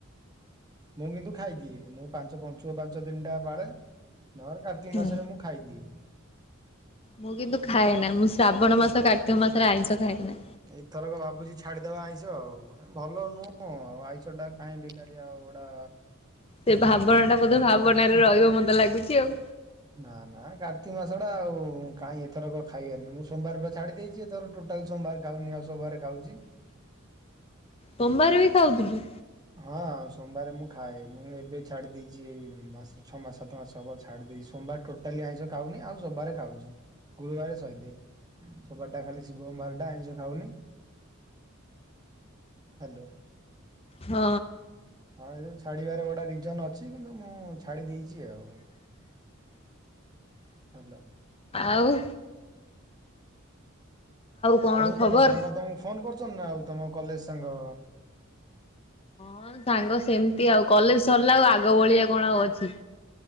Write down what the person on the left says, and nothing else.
ହୁଁ
ମୁଁ କିନ୍ତୁ ଖାଏନା ମୁଁ ଶ୍ରାବଣ ମାସ କାର୍ତ୍ତିକ ମାସରେ ଆଇଁଷ ଖାଏନା।
ସେ ଭାବନାଟା ବୋଧେ ଭାବନାରେ ରହିବ ମତେ ଲାଗୁଚି ଆଉ।
ସୋମବାରବି ଖାଉଥିଲୁ?
ହଁ।
ଆଉ? କଣ
ଖବର?
ହଁ ସାଙ୍ଗ ସେମତି ଆଉ କଲେଜ୍ ସରଲା ଆଉ ଆଗ ଭଳିଆ କଣ ଆଉ ଅଛି?